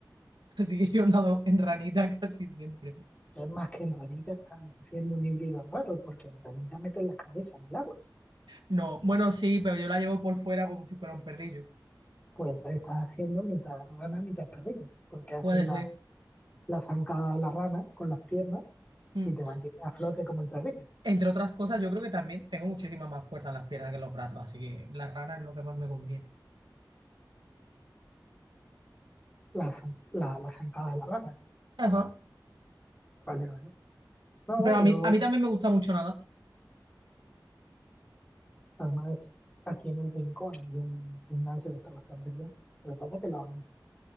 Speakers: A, on the right; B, on the left.
A: <laughs> Así que yo nado en ranita <laughs> casi siempre.
B: Entonces, más que en ranita, estás haciendo un híbrido raro, porque en ranita meten la cabeza en el agua.
A: No, bueno, sí, pero yo la llevo por fuera como si fuera un perrillo.
B: Pues entonces estás haciendo mitad rana, mitad perrillo, porque haces
A: Puede
B: las,
A: ser.
B: la zancada de la rana con las piernas
A: Mm.
B: y te mantiene a flote como el perrillo.
A: Entre otras cosas, yo creo que también tengo muchísima más fuerza en las piernas que en los brazos, así que la rana es lo que más me conviene.
B: La, zan- la, la zancada de la rana.
A: Ajá.
B: Vale, vale. No,
A: Pero a
B: yo,
A: mí, a mí también me gusta mucho nada
B: además, aquí en el rincón hay un gimnasio que está bastante bien. Lo que pasa es que la orilla